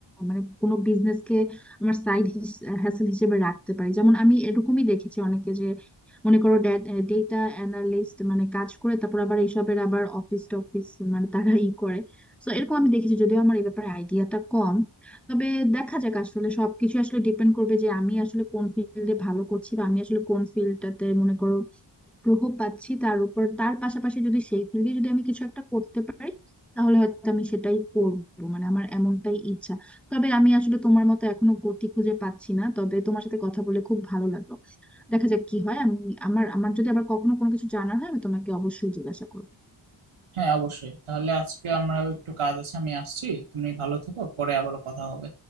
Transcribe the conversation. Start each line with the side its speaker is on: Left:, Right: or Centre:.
Centre: মানে কোনো বিজনেস কে আমার সাইড হ্যাসেল হিসেবে রাখতে পারি যেমন আমি এরকমই দেখেছি অনেকে যে মনে করো ডেটা অ্যানালিস্ট মানে কাজ করে তারপর আবার এইসবের আবার অফিস টফিস মানে তারা ই করে তো এরকম আমি দেখেছি যদিও আমার এই ব্যাপারে আইডিয়াটা কম তবে দেখা যাক আসলে সবকিছু আসলে ডিপেন্ড করবে যে আমি আসলে কোন ফিল্ডে ভালো করছি বা আমি আসলে কোন ফিল্ডটাতে মনে করো আগ্রহ পাচ্ছি তার উপর তার পাশাপাশি যদি সেই থেকে যদি আমি কিছু একটা করতে পারি তাহলে হয়তো আমি সেটাই করবো মানে আমার এমনটাই ইচ্ছা তবে আমি আসলে তোমার মতো এখনো গতি খুঁজে পাচ্ছি না তবে তোমার সাথে কথা বলে খুব ভালো লাগলো দেখা যাক কি হয় আমি আমার আমার যদি আবার কখনো কোনো কিছু জানার হয় আমি তোমাকে অবশ্যই জিজ্ঞাসা করবো
Right: হ্যাঁ অবশ্যই তাহলে আজকে আমরাও একটু কাজ আছে আমি আসছি তুমি ভালো থেকো পরে আবারও কথা হবে